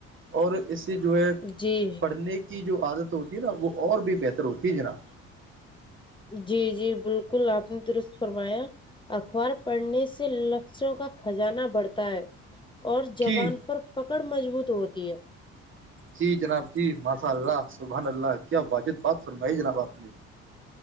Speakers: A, on the right; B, on the left.
A: اور اس سے جو ہے
B: جی
A: پڑھنے کی کی جو عادت ہوتی ہے نا وہ اور بھی بہتر ہوتی ہے ج نا
B: جی جی بالکل آپ نے درست فرمایا اخبار پڑھنے سے لفظوں کا خجانہ بڑھتا ہے اور جوان
A: جی
B: پر پکڑ مضبوط ہوتی ہے
A: جی جناب جی ماشاء اللہ سبحان اللہ کیا واجد بات فرمائی جناب آپ نے